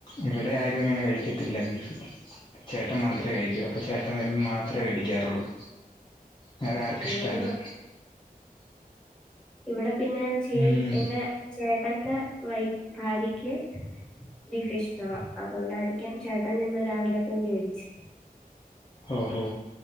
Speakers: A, on the left; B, in the centre.
A: ഇവടേം ആരും അങ്ങനെ കഴിക്കത്തില്ല ബീഫ് ചേട്ടൻ മാത്രേ കഴിക്കൂ അപ്പൊ ചേട്ടൻ വെരുമ്പം മാത്രേ വേടിക്കാറുള്ളൂ വേറെ ആർക്കും ഇഷ്ടല്ല
B: അത് ഇവടെ പിന്നെ ചേ
A: ഉം
B: എന്റെ ചേട്ടന്റെ വൈ ഭാര്യക്ക് ബീഫ് ഇഷ്ടാ അതോണ്ടായിരിക്കാം ചേട്ടന് ന്ന് രാവിലെ പോയ്‌ വേടിച്
A: ഓഹോ